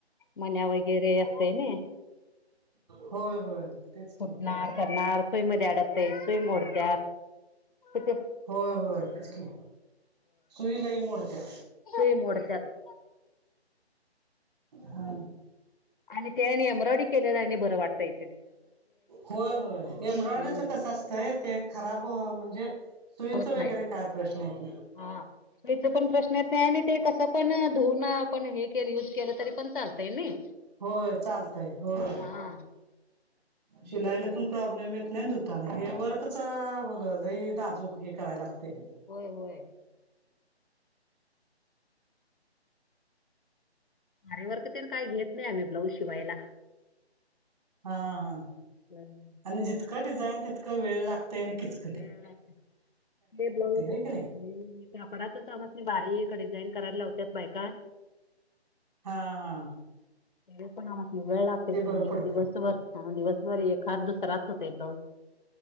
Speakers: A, on the left; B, on the right.
A: मन्या वगैरे असतयनी
B: होय होय तेच की
A: फुटणार करणार सोई मध्ये अडकते सई मोडत. क तेे
B: होय होय पचकी सुई लई मोडत्या.
A: सुई मोडतात.
B: हा.
A: आणि त्याने ए्ब्रॉयडी केला आणि बरं वाटतय.
B: होय होय एम्ब्रॉयडरीच
A: हम्म
B: कसं असतंय ते खराब म्हणजे सुईचं
A: होत
B: वगैरे
A: नाही
B: काय प्रश्न येत
A: हा पण प्रश्न येत नाही आणि ते कस पण धुणं आपण हे के युज केलं तरी पण चालतंय नइ
B: होय चालतय होय.
A: हा.
B: शिलाई
A: मग ते
B: ला पण नाही धुताना हे वर्कच लय नाजूक हे करायला लागतय.
A: होय होय‌. आरीेवर्क तेन काय घेत नाही आम्ही ब्लाऊज शिवायला
B: हा हा
A: हम्म,
B: आणि जितकं डिझाईन तितक वेळ लागतय आणि किच
A: ते ब्लाऊज
B: होय की नाही
A: कापडाच समजने बारी एक डिझाईन करायला लावत बायका
B: हा हा.
A: ते पणाम वेळ लागते
B: ते
A: क
B: बरं पडते
A: एक दिवसभर दिवसभर एक हात दुसराच होत एक.